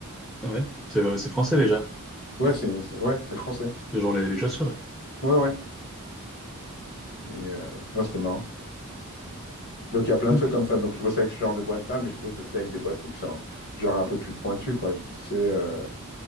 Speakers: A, in the centre; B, on the left (about 50°).
A: Ah Ouais. C'est euh, c'est français déjà.
B: Ouais, c'est une- c'est- ouais, c'est français.
A: C'est genre les, les chaussures.
B: Ouais, ouais. Et, euh, non, c'était marrant. Donc, il y a plein de
A: Ok.
B: trucs comme ça. Donc, je bosse avec ce genre de boîte-là, mais je bosse aussi avec des boîtes qui sont genre un peu plus pointues, quoi. Tu sais, euh,